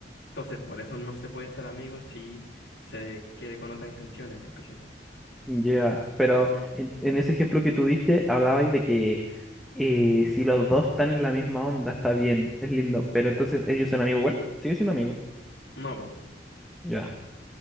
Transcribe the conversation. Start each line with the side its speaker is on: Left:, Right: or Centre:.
Left: Entonces por eso no se pueden ser amigos si se quiere con otras intenciones, pues, ¿cachai?
Centre: ya. Pero en, en ese ejemplo que tú diste, hablabais de que eh, si los dos están en la misma onda, está bien, es lindo, pero entonces ellos son amigos igual, siguen siendo amigos,
Left: No, pues.
Centre: ya.